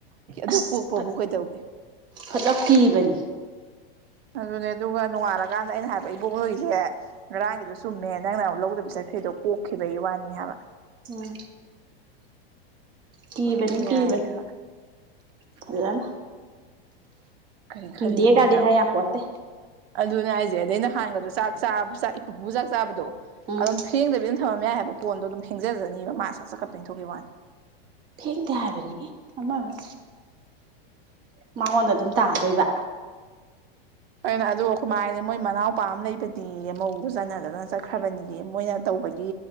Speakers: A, on the right; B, on the right.
A: ꯀꯦ ꯑꯗꯨ
B: ꯑꯁ
A: ꯀꯣꯛꯄꯕꯨ ꯀꯩꯗꯧꯒꯦ
B: ꯐꯖ ꯀꯤꯕꯅꯤ
A: ꯑꯗꯨꯅꯦ ꯑꯗꯨꯒ ꯅꯣꯡꯉꯥꯜꯂꯀꯥꯟꯗ ꯑꯩꯅ ꯍꯥꯏꯕ ꯏꯕꯣꯛ ꯂꯣꯏꯒꯤꯁꯦ ꯉꯔꯥꯡꯒꯤꯗꯣ ꯆꯨꯝꯃꯦ ꯅꯪꯅ ꯑꯃꯨꯛ ꯂꯧꯗꯕꯤ ꯆꯠ ꯈ꯭ꯔꯤꯗꯣ ꯀꯣꯛꯈꯤꯕꯩ ꯋꯥꯅꯤ ꯍꯥꯏꯕ
B: ꯎꯝ ꯀꯕꯅꯤ
A: ꯌꯥꯏ
B: ꯀꯕ
A: ꯍꯥꯏꯕ
B: ꯐꯖꯅ
A: ꯀꯔꯤ
B: ꯀꯤꯗꯦꯒꯗꯤ
A: ꯈꯜꯂꯤꯅꯣ ꯈꯪꯗꯦ ꯍꯥꯏꯕ
B: ꯍꯥꯏ ꯌꯥꯄꯣꯠꯇꯦ
A: ꯑꯗꯨꯅꯦ ꯍꯥꯏꯁꯦ ꯑꯗꯩ ꯅꯍꯥꯟꯒꯗꯣ ꯆꯥꯛ ꯆꯥꯕ ꯏꯄꯨꯄꯨ ꯆꯥꯛ ꯆꯥꯕꯗꯣ
B: ꯎꯝ
A: ꯑꯗꯨꯝ ꯐꯦꯡꯗꯕꯤ ꯑꯗꯨꯝ ꯊꯝꯃꯝ ꯌꯥꯏ ꯀꯣꯟꯗꯣ ꯑꯗꯨꯝ ꯐꯦꯡꯖꯖꯥꯅꯤꯕ ꯃꯥ ꯁꯠ ꯁꯠꯀ ꯄꯦꯡꯊꯣꯛꯈꯤꯕ ꯋꯥꯅꯤ
B: ꯐꯦꯡꯗꯦ ꯍꯥꯏꯕꯅꯤ ꯑꯃꯒ ꯃꯉꯣꯟꯗ ꯑꯗꯨꯝ ꯇꯥꯗꯣꯏꯕ
A: ꯑꯩꯅ ꯑꯗꯨ ꯑꯩꯈꯣꯏꯃꯅ ꯃꯣꯏ ꯃꯅꯥꯎꯄꯥ ꯑꯃ ꯂꯩꯕꯅꯦꯌꯦ ꯃꯧꯗꯣ ꯆꯥꯟꯅꯗꯅ ꯆꯠꯈ꯭ꯔꯕꯅꯤ ꯃꯣꯏꯅ ꯇꯧ ꯒꯤ